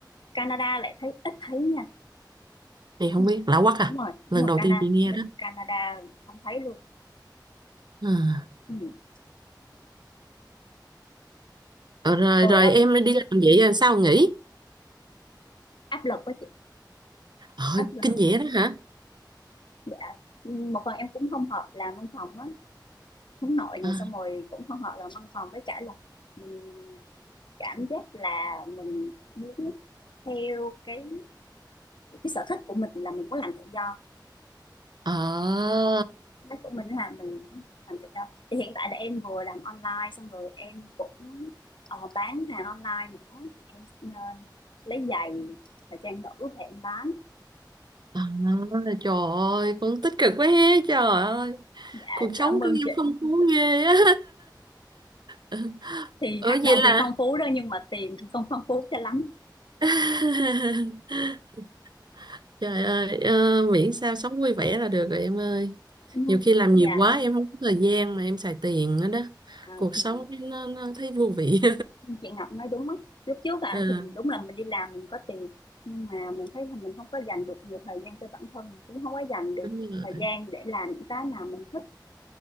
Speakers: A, on the left; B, on the right.
A: Canada lại thấy ít thấy nha
B: thì không
A: ừ,
B: biết lạ quắc à
A: đúng rồi đúng
B: lần
A: rồi
B: đầu
A: Canada
B: tiên chị nghe
A: bên
B: đó
A: Canada không thấy luôn
B: à.
A: ừ.
B: ờ, rồi
A: rồi
B: rồi
A: ở
B: em
A: bên
B: đi làm vậy rồi sao nghỉ
A: áp lực với chị
B: ờ,
A: áp lực
B: kinh dị đó hả
A: dạ Ừ, một phần em cũng không hợp làm văn phòng á hướng nội này
B: à,
A: xong rồi cũng không hợp làm văn phòng với cả là mình cảm giác là mình muốn theo cái cái sở thích của mình là mình muốn làm tự do
B: à,
A: Đất của mình là mình làm tự do. Thì hiện tại là em vừa làm online xong rồi em cũng ờ, bán hàng online nữa. Em ờ, lấy giày thời trang nữ về em bán.
B: à, trời ơi cũng tích cực quá he trời ơi
A: Dạ
B: cuộc
A: em
B: sống
A: cảm
B: của
A: ơn
B: em
A: chị.
B: phong phú ghê á <laughs>
A: Thì
B: ờ
A: hoạt động
B: vậy là
A: thì phong phú đó nhưng mà tiền thì không phong phú cho lắm.
B: <laughs> trời ơi ờ, miễn sao sống vui vẻ là được rồi em ơi
A: Ừ.
B: nhiều khi làm nhiều
A: Dạ
B: quá em không có thời gian mà em xài tiền nữa đó
A: à,
B: cuộc
A: thì
B: sống nó, nó thấy vô vị
A: chị Ngọc nói đúng á. Lúc trước à,
B: À,
A: thì đúng là mình đi làm mình có tiền nhưng mà mình thấy là mình không có dành được nhiều thời gian cho bản thân mình cũng không có dành được
B: đúng rồi,
A: thời gian để làm những cái mà mình thích